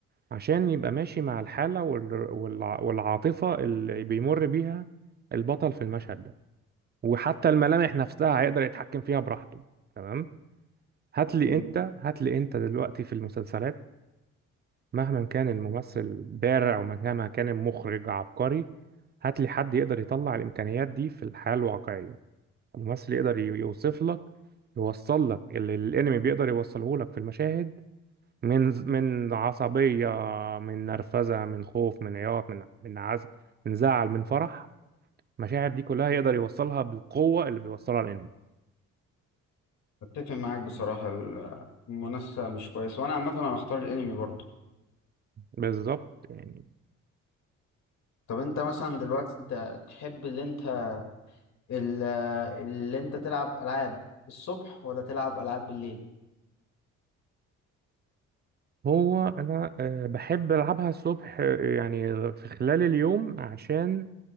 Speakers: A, on the right; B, on the left.
A: عشان يبقى ماشي مع الحالة وال- والع- والعاطفة اللي بيمر بيها البطل في المشهد ده وحتى الملامح نفسها هيقدر يتحكم فيها براحته تمام هات لي
B: مم.
A: انت هات لي انت دلوقتي في المسلسلات مهما كان الممثل بارع ومهما كان المخرج عبقري هات لي حد يقدر يطلع الإمكانيات دي في الحياة الواقعية الممثل يقدر ي- يوصف لك يوصل لك اللي الانمي بيقدر يوصله لك في المشاهد من من عصبية من نرفزة من خوف من عياط من من عزم من زعل من فرح المشاعر دي كلها يقدر يوصلها بالقوة اللي بيوصلها الأنمي
B: اتفق معاك بصراحه ال- المنافسه مش كويسه وانا عامه انا هختار الانمي برضه
A: بالظبط يعني
B: طب انت مثلا دلوقتي انت تحب اللي انت ال- اللي انت تلعب العاب الصبح ولا تلعب العاب بالليل
A: هو أنا آه، بحب ألعبها الصبح آه، يعني في خلال اليوم عشان